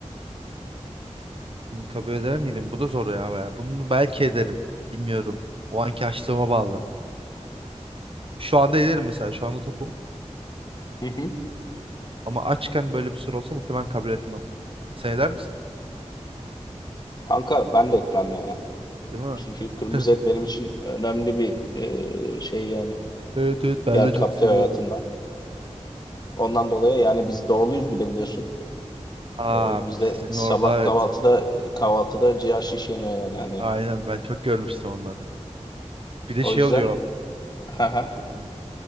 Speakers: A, on the right (about 50°); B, on the left (about 35°).
A: bunu kabul eder miydim? Bu da zor ya baya. Bunu belki ederim. Bilmiyorum. O anki açlığıma bağlı. Şu anda ederim mesela. Şu anda tokum.
B: Hı hı.
A: Ama açken böyle bir soru olsa muhtemelen kabul etmem. Sen eder misin?
B: Kanka ben de etmem ya.
A: Değil mi?
B: Çünkü kırmızı
A: <laughs>
B: et benim için önemli bir e, şey yani.
A: Evet evet ben
B: Yer
A: de çok
B: kaplıyor
A: seviyorum.
B: hayatımda. Ondan dolayı yani biz doğuluyuz bir de biliyorsun.
A: Aa
B: E, bizde
A: bir de sizin
B: sabah
A: orada evet.
B: kahvaltıda kahvaltıda ciğer şiş yeniyor yani hani.
A: Aynen ben çok görmüştüm onları. Bir de
B: O
A: şey
B: yüzden
A: oluyor.
B: <laughs> haha.
A: e,